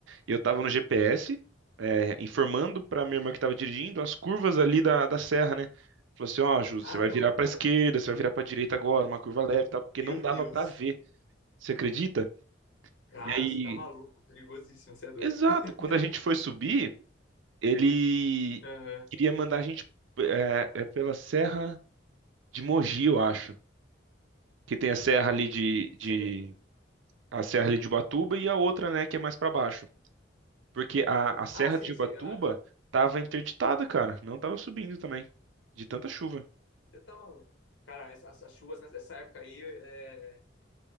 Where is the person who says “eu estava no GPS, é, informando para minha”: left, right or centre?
Right